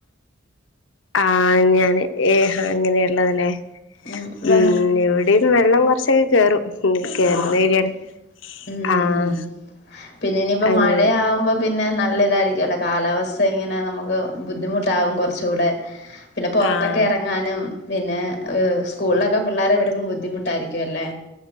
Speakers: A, on the left; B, on the left.
A: ആഹ് ഞാന് ഏഹ് അങ്ങനെയുള്ളതലേ?
B: ഉം വെ
A: ഉം ഇവിടേം വെള്ളം കൊറച്ചൊക്കെ കേറും. ഉം കേറുന്നഏരിയാണ്
B: ആഹ് ഉം
A: ആഹ
B: ഉം പിന്നെ ഇനിയിപ്പോ
A: അങ്ങനെ.
B: മഴയാവുമ്പോ പിന്നെ നല്ല ഇതായിരിക്കല്ലോ കാലാവസ്ഥ ഇങ്ങനെ നമുക്ക് ബുദ്ധിമുട്ടാകും കുറചൂടെ പി പിന്നെ പുറത്തൊക്കെ
A: ആഹ്
B: എറങ്ങാനും പിന്നെ സ്കൂളിലൊക്കെ പിള്ളേരെ വിടുമ്പോ ബുദ്ധിമുട്ടായിരിക്കും അല്ലേ.